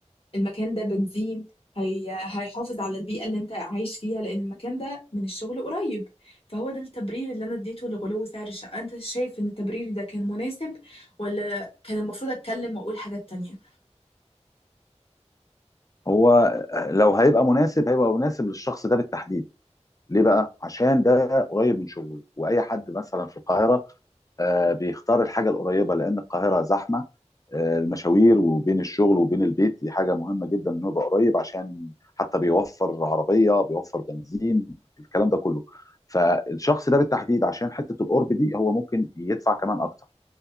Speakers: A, on the left (about 55°); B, on the left (about 30°).
A: المكان ده بنزين هي... هيحافظ على البيئة اللي انت عايش فيها لان المكان ده من الشغل قريب فهو ده التبرير اللي انا اديته لغلو سعر الشقة انت شايف ان التبرير ده كان مناسب ولا كان المفروض اتكلم واقول حاجات تانية
B: هو آه، لو هيبقى مناسب هيبقى مناسب للشخص ده بالتحديد ليه بقى؟ عشان ده قريب من شغله واي حد مثلا في القاهره آه، بيختار الحاجه القريبه لان القاهره زحمه آه، المشاوير وبين الشغل وبين البيت دي حاجه مهمه جدا انه يبقى قريب عشان حتى بيوفر عربيه بيوفر بنزين الكلام ده كله فالشخص ده بالتحديد عشان حته القرب دي هو ممكن يدفع كمان اكتر